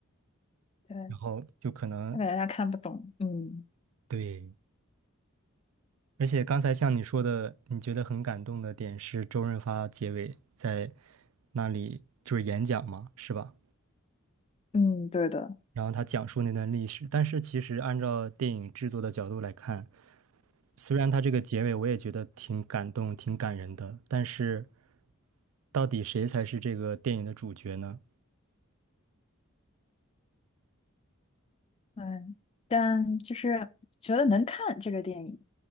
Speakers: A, on the left (about 30°); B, on the right (about 80°).
A: 对，
B: 然后就可能
A: 我感觉他看不懂。嗯
B: 对。而且刚才像你说的，你觉得很感动的点是周润发结尾在那里就是演讲嘛，是吧？
A: 嗯，对的，
B: 然后他讲述那段历史，但是其实按照电影制作的角度来看，虽然他这个结尾我也觉得挺感动、挺感人的，但是到底谁才是这个电影的主角呢？
A: 嗯，但就是觉得能看这个电影，